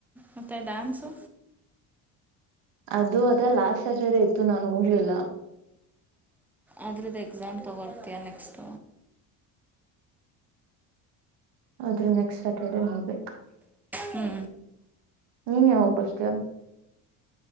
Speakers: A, in the centre; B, on the right.
A: ಮತ್ತೆ ಡ್ಯಾನ್ಸು
B: ಅದು ಅದ ಲಾಸ್ಟ್ ಸ್ಯಾಟರ್ಡೇ ಇತ್ತು ನಾನು ಹೋಗಲಿಲ್ಲ
A: ಅದ್ರದ್ದು ಎಕ್ಸಾಮ್ ತೊಗೊಳ್ತೀಯಾ ನೆಕ್ಸ್ಟ
B: ್ರ ನೆಕ್ಸ್ಟ್ ಸ್ಯಾಟರ್ಡೆೇ ಮಾಡ್ಬೇಕು
A: ಹ್ಞೂ
B: ನೀನ್ ಯಾವೋಗ್ ಬರ್ತೀಯ